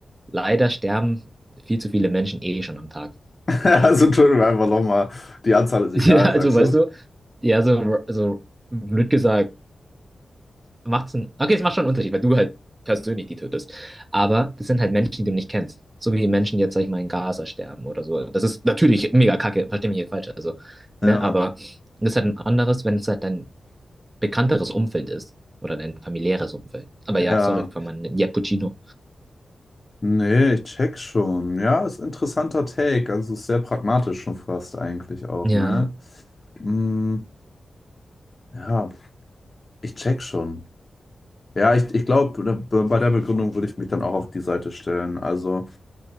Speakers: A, on the right; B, on the left.
A: leider sterben viel zu viele Menschen eh schon am Tag.
B: <laughs> Also tun wir einfach nochmal. Die Anzahl ist
A: <laughs>
B: egal,
A: Ja, also
B: sagst
A: weißt
B: du?
A: du, ja, so, so blöd gesagt, macht's einen. Okay, es macht schon einen Unterschied, weil du halt persönlich die tötest. Aber das sind halt Menschen, die du nicht kennst. So wie die Menschen jetzt, sag ich mal, in Gaza sterben oder so. Das ist natürlich mega kacke, versteh mich nicht falsch. Also,
B: Ja,
A: ne, aber das ist halt ein anderes, wenn es halt dein bekannteres Umfeld ist. Oder dein familiäres Umfeld. Aber
B: ja.
A: ja, sorry für meinen Jappuccino.
B: Nee, ich check schon. Ja, ist ein interessanter Take. Also ist sehr pragmatisch schon fast eigentlich auch,
A: Ja,
B: ne? Mm, ja, ich check schon. Ja, ich, ich glaube, bei der Begründung würde ich mich dann auch auf die Seite stellen. Also,